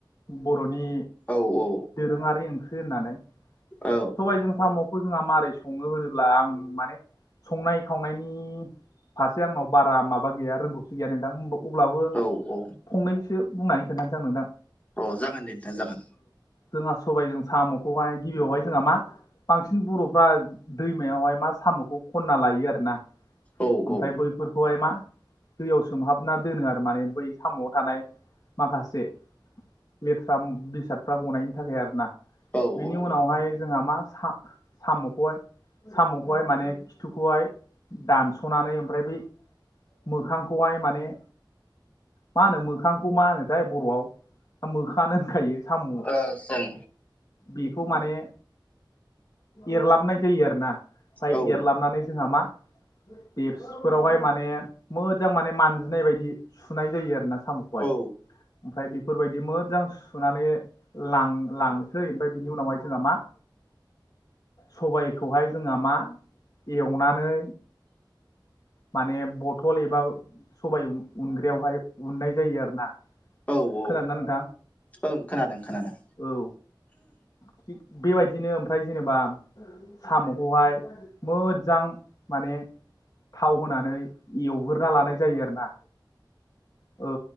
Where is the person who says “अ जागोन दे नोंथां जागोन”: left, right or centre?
Left